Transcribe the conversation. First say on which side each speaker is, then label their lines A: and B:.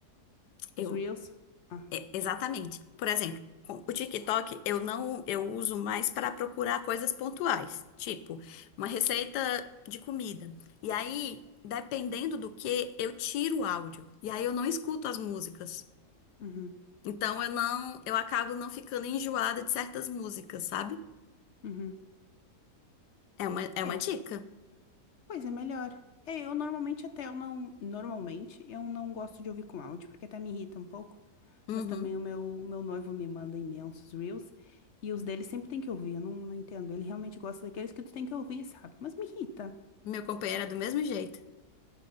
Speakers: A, on the left; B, on the left.
A: Eu
B: Os Reels. Ah,
A: É, exatamente. Por exemplo, com o TikTok eu não eu uso mais para procurar coisas pontuais, tipo uma receita de comida. E aí, dependendo do que, eu tiro o áudio. E aí eu não escuto as músicas.
B: uhum,
A: Então eu não eu acabo não ficando enjoada de certas músicas, sabe?
B: uhum.
A: É uma é uma
B: É,
A: dica.
B: pois é melhor. É, eu normalmente até eu não. Normalmente eu não gosto de ouvir com áudio, porque até me irrita um pouco.
A: Uhum.
B: Mas também o meu, o meu noivo me manda imensos Reels. E os dele sempre tem que ouvir, eu não, não entendo. Ele realmente gosta daqueles que tu tem que ouvir, sabe? Mas me irrita.
A: Meu companheiro é do mesmo jeito.